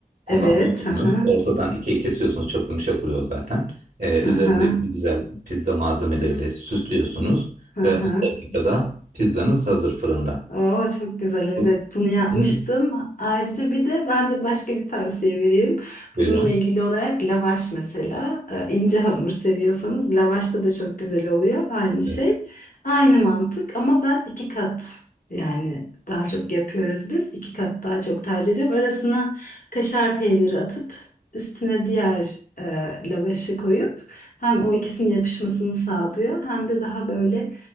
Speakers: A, on the right; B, on the left.
A: Onu
B: evet.
A: alıyorsunuz.
B: Aha,
A: Ortadan ikiye kesiyorsunuz. Çok yumuşak oluyor zaten. Ee,
B: aha.
A: üzerinde bir güzel pizza malzemeleriyle süslüyorsunuz.
B: Hı hı.
A: Ve 10 dakikada pizzanız hazır fırında.
B: Oo, çok güzel evet
A: Bunu-
B: bunu yapmıştım.
A: bunu-
B: Ayrıca bir de ben de başka bir tavsiye vereyim.
A: Buyurun.
B: Bununla ilgili olarak lavaş mesela Ee, ince hamur seviyorsanız lavaşta da çok güzel oluyor aynı şey.
A: Evet.
B: Aynı mantık ama ben iki kat yani daha çok yapıyoruz biz. İki kat daha çok tercih ediyorum. Arasına kaşar peyniri atıp üstüne diğer e, lavaşı koyup hem o ikisinin yapışmasını sağlıyor hem de daha böyle